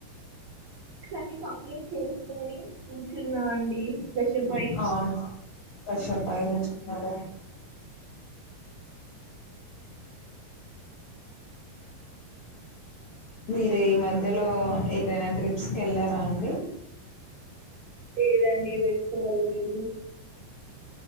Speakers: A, on the right (about 75°); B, on the left (about 85°).
A: ఇది కంప్లీట్ చేసుకొని తిన్న అండి ఫ్రెష్ అప్ అయ్యి
B: అవునా ఫ్రెష్ అప్ అయ్యి కూర్చున్నారా మీరు ఈ మధ్యలో ఏదైనా ట్రిప్స్ కి ఎళ్ళారా అండి
A: లేదండి వెప్పు వెళ్ళలేదు